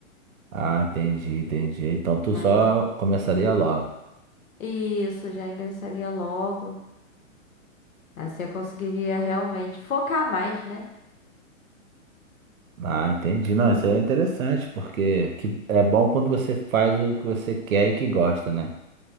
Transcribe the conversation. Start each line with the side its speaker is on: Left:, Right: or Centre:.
Right: Ah, entendi, entendi. Então tu
Left: Mas
Right: só começaria logo.
Left: Isso, já ingressaria logo. Assim eu conseguiria realmente focar mais, né?
Right: Ah, entendi. Não, isso é interessante, porque que é bom quando você faz o que você quer e que gosta, né?